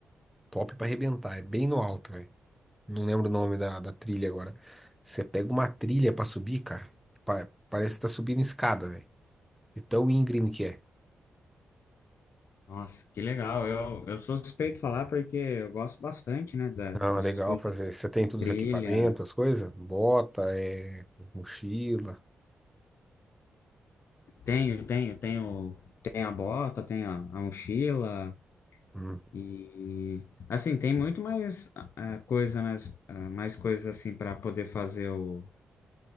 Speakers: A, in the centre; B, on the left (about 65°).
A: Top pra arrebentar. É bem no alto, velho. Não lembro o nome da, da trilha agora. Você pega uma trilha pra subir, cara. pa- Parece que tá subindo escada, velho. De tão íngreme que é.
B: Nossa, que legal. Eu, eu sou suspeito de falar porque eu gosto bastante, né, da-
A: Não,
B: dessas
A: é legal
B: coisas
A: fazer.
B: de
A: Você tem todos
B: trilha.
A: os equipamentos, as coisas? Bota, é, mochila.
B: Tenho, tenho, tenho, tenho a bota, tenho a, a mochila.
A: Hum.
B: E assim, tem muito mais ah, ah, coisa, né, ah, mais coisas assim para poder fazer o